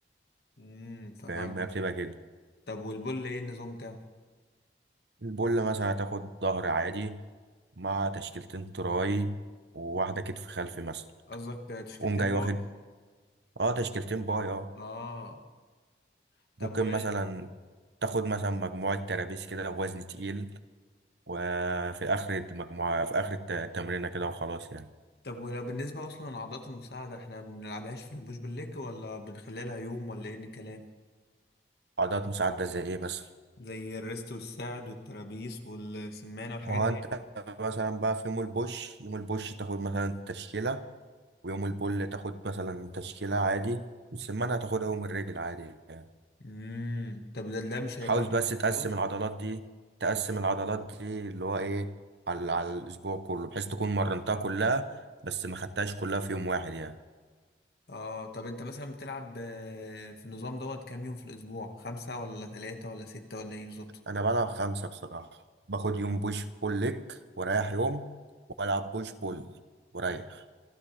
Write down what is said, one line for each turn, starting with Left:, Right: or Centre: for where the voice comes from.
Left: امم فهمت
Right: فاهم هي بتبقى كده
Left: طب والبول ايه النظام بتاعه
Right: البول مثلا هتاخد ظهر عادي مع تشكيلتين تراي وواحدة كتف خلفي مثلا
Left: قصدك تشكيلتين
Right: تقوم جاي
Left: باي
Right: واخد اه تشكيلتين باي اه
Left: اه
Right: ممكن
Left: طب و...
Right: مثلا تاخد مثلا مجموعة ترابيس كده بوزن تقيل وفي آخر المجموعة في آخر الت- التمرينة كده وخلاص يعني
Left: طب ولا بالنسبه اصلا لعضلات المساعده احنا ما بنلعبهاش في البوش بالليج ولا بنخليها لها يوم ولا ايه الكلام
Right: عضلات مساعدة زي ايه مثلا
Left: زي الريست والساعد والترابيس والسمانه والحاجات
Right: ما هو
Left: دي
Right: انت مثلا بقى في يوم البوش يوم البوش تاخد مثلا تشكيلة ويوم البول تاخد مثلا تشكيلة عادي والسمانة هتاخدها يوم الرجل عادي يعني
Left: امم طب ده ده مش هيبقى
Right: حاول
Left: فاهم؟ مثلا
Right: بس تقسم
Left: لود
Right: العضلات دي تقسم العضلات دي اللي هو ايه على, على الأسبوع كله بحيث تكون مرنتها كلها بس ما خدتهاش كلها في يوم واحد يعني
Left: اه طب انت مثلا بتلعب آه، في النظام دوت كام يوم في الاسبوع خمسة ولا ثلاثة ولا ستة ولا ايه بالظبط
Right: أنا بلعب خمسة بصراحة باخد يوم بوش بول ليج ورايح يوم وألعب بوش بول ورايح